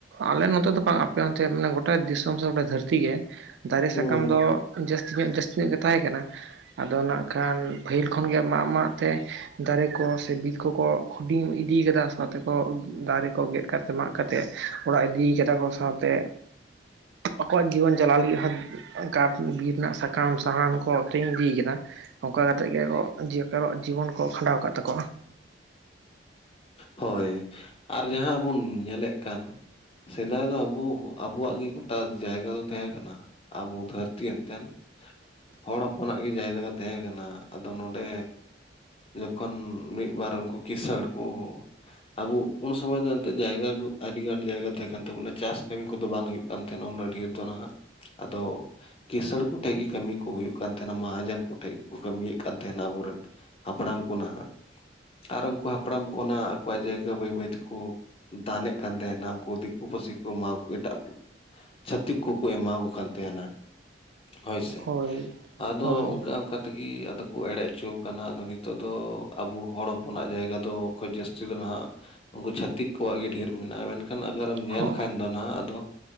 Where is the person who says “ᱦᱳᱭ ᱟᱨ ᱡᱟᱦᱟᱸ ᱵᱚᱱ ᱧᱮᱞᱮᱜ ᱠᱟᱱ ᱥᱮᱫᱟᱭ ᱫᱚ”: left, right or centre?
Left